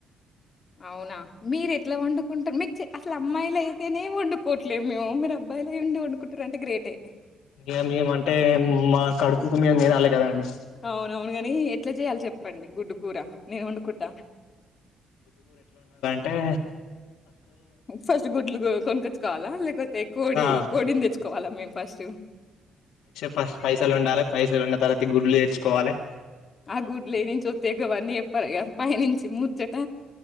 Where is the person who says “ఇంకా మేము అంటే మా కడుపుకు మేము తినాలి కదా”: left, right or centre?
Left